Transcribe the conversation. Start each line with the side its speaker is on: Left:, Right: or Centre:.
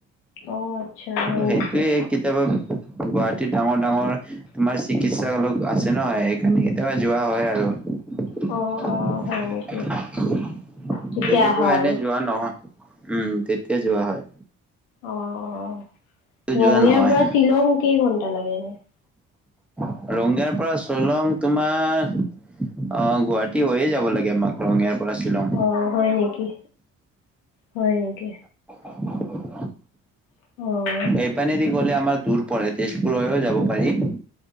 Left: অ আচ্ছা। হয়
Centre: সেইটোৱে
Left: নেকি
Centre: কেতিয়াবা গুৱাহাটীত ডাঙৰ ডাঙৰ তোমাৰ চিকিৎসালয় আছে ন সেইখিনি, কেতিয়াবা যোৱা হয় আৰু।
Left: অ।
Centre: <unintelligible>
Left: অ হয় নেকি তেতিয়া
Centre: তেনেকুৱা
Left: আহা আৰু
Centre: এনে যোৱা নহয়, উম তেতিয়া যোৱা হয়।
Left: অ অ ৰঙিয়াৰ
Centre: যোৱা নহয়
Left: পৰা শ্বিলং কেইঘন্টা লাগে এনে?
Centre: ৰঙিয়াৰ পৰা চলং তোমাৰ অ গুৱাহাটী হৈয়ে যাব লাগে আমাক ৰঙীয়াৰ পৰা শ্বিলং।
Left: অ হয় নেকি? হয় নেকি?
Centre: <inaudible>
Left: অ।
Centre: এইপানেদি গ'লে আমাৰ দূৰ পৰে তেজপুৰ হৈও যাব পাৰি।